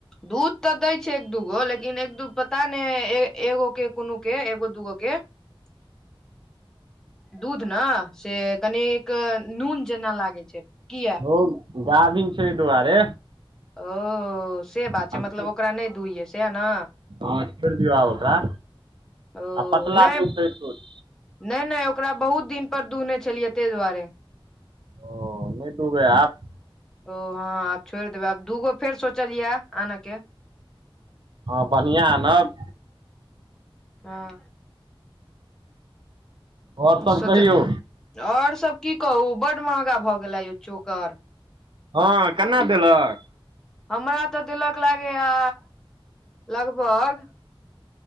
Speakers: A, in the centre; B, on the right (about 60°).
A: दूध तऽ दै छै एक दूगो लेकिन एक दू पता नैय ए एगो के कुनो के एगो-दूगो के <inaudible> दूध न से कनिक नून जेना लागै छै कियै?
B: ओ गाभीन छै अय दुआरे।
A: ओ से बात
B: आब
A: छैय मतलब ओकरा नैय दुहियए सएह न?
B: हँ छोइड़ दियौ आब ओकरा।
A: ओ
B: पतला
A: नैय,
B: दूध दै छूट
A: नैय-नैय ओकरा बहुत दिन पर दुहने छेलियै तय दुआरे।
B: ओ नैय दुहबै आब।
A: ओ हँ आब छोइड़ देबै आब दूगो फेर सोचलियै आनऽ के।
B: हँ बन्हिआँ आनब।
A: हँ।
B: आओर सब
A: सोचऽ
B: कहियौ
A: और सब की कहू बड महगा भऽ गेला यौ चोकर।
B: हँ केना देलक?
A: हमरा तऽ देलक लागैआ लगभग